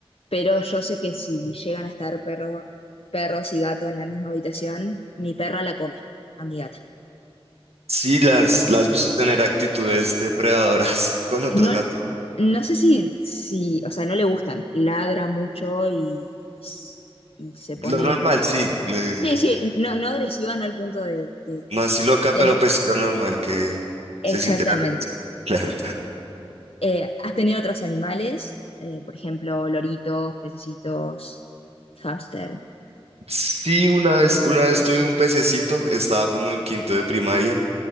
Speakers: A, on the left (about 70°); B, on the right (about 80°).
A: pero yo sé que si llegan a estar perro- perros y gatos en la misma habitación, mi perra la come a mi gata.
B: Sí, las, las has visto tener actitudes depredadoras <laughs> con otros
A: No,
B: gatos.
A: no sé si, si, o sea, no le gustan. Ladra mucho y, y se pone.
B: Lo normal, sí. le-
A: Sí, sí, no, no agresiva, no al punto de, de-
B: no así loca,
A: de-
B: pero pues lo normal que
A: Exactamente.
B: se siente la atención. <laughs> Claro.
A: Eh, ¿has tenido otros animales? Eh, por ejemplo, loritos, pececitos, hámster.
B: Sí, una vez, una vez tuve un pececito, estaba como en quinto de primaria.